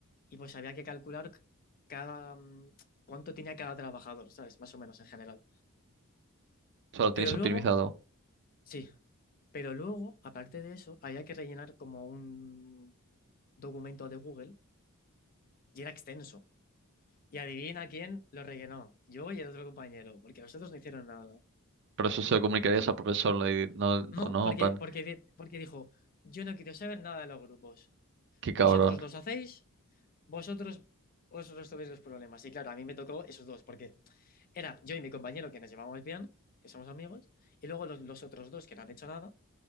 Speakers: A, on the left; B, on the right.
A: Y pues había que calcular cada, mm, cuánto tenía cada trabajador, ¿sabes? Más o menos en general.
B: O sea, lo tenéis
A: Pero luego,
B: optimizado.
A: sí, pero luego, aparte de eso, había que rellenar como un documento de Google y era extenso. Y adivina quién lo rellenó, yo y el otro compañero, porque los otros no hicieron nada.
B: Pero eso se lo comunicarías al profesor, le di- no,
A: No,
B: o no,
A: porque,
B: en plan,
A: porque, di- porque dijo, yo no quiero saber nada de los grupos.
B: qué cabrón.
A: Vosotros los hacéis vosotros os resolvéis los problemas. Y claro, a mí me tocó esos dos, porque era yo y mi compañero que nos llevábamos bien, que somos amigos, y luego los, los otros dos que no han hecho nada,